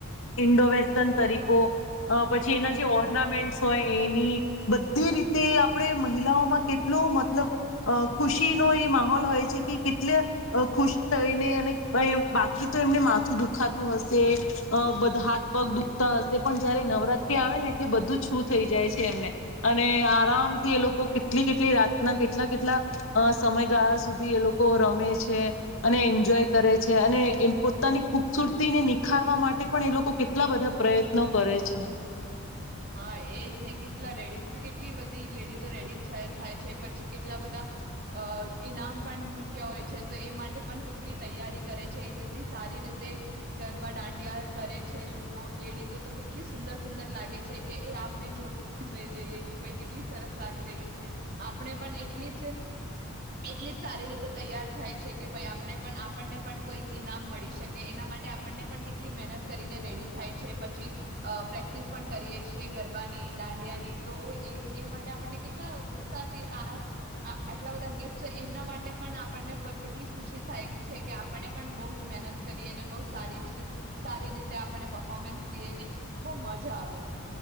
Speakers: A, on the left (about 65°); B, on the right (about 45°).
A: ઇન્ડોવસ્ટ તરીકો,
B: હા
A: પછી એના જે ઓર્નામેન્ટ હોય. એની બધી રીતે આપણે મહિલાઓમાં કેટલો મતલબ ખુશી નો એ માહોલ હોય છે. કે કેટલે ખુશ થઈને અને બાકી તો એમને માથું દુખાતું હશે. હાથ પગ દુખતા હશે પણ જયારે નવરાત્રી આવે ને એટલે બધું છું થઈ જાય છે. એમને અને આરામથી એ લોકો કેટલી કેટલી રાતના કેટલા કેટલા અ સમયગાળા સુધી એ લોકો રમે છે. વઅને એન્જોય કરે છે, અને પોતાની ખૂબસુરતીને નિખારવા માટે પણ એ લોકો કેટલા બધા પ્રયત્નો કરે છે.
B: હા એજ ને કેટલા રેડી કેટલી બધી લેડીઝો રેડી થાય છે. પછી કેટલા બધા, અ ઈનામ પણ મૂક્યા હોય છે. તો એ માટે પણ કેટલી તૈયારી કરે છે. કેટલી સારી રીતે ગરબા દાંડિયા કરે છે. લોકો લેડીઝો તો કેટલી સુંદર સુંદર લાગે છે. કે એ આપણે જો જ રહી જઈએ. કે ભાઈ કેટલી સરસ લાગી રહી છે. આપણે પણ એટલી જ એટલી જ સારી રીતે તૈયાર થાય છે. કે ભાઈ આપણે પણ આપણને પણ કોઈક ઈનામ મળી શકે એના માટે આપણને પણ કેટલી મહેનત કરીને રેડી થાય છે. પછી પ્રેક્ટિસ પણ કરીએ છીએ. ગરબાની, દાંડિયાની તો એમ એ માટે આપણને કેટલા ઉત્સાહથી આ આટલા બધા ગિફ્ટ એમના માટે પણ આપણને કેટલી ખુશી થાય છે. કે આપણને પણ બહ જ મહેનત કરીને બ સારી જ સારી રીતે આપને પફોર્મન્સ દઈને, બહ મજા આવે.